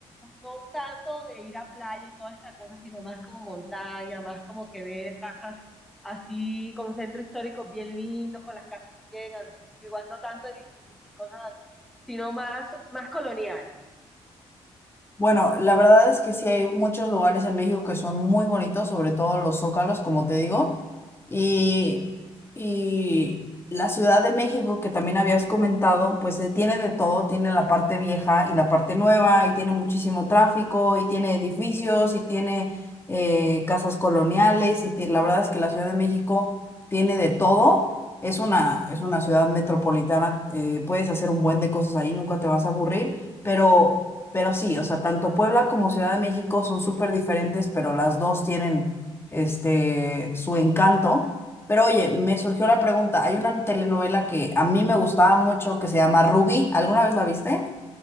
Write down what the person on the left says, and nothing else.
Bueno, la verdad es que sí hay muchos lugares en México que son muy bonitos, sobre todo los zócalos, como te digo. Y, y la Ciudad de México, que también habías comentado, pues eh, tiene de todo, tiene la parte vieja y la parte nueva, y tiene muchísimo tráfico, y tiene edificios, y tiene eh, casas coloniales, y tie- la verdad es que la Ciudad de México tiene de todo. Es una, es una ciudad metropolitana, eh, puedes hacer un buen de cosas ahí, nunca te vas a aburrir, pero, pero sí, o sea, tanto Puebla como Ciudad de México son súper diferentes, pero las dos tienen este, su encanto. Pero oye, me surgió la pregunta, hay una telenovela que a mí me gustaba mucho que se llama Rubí, ¿alguna vez la viste?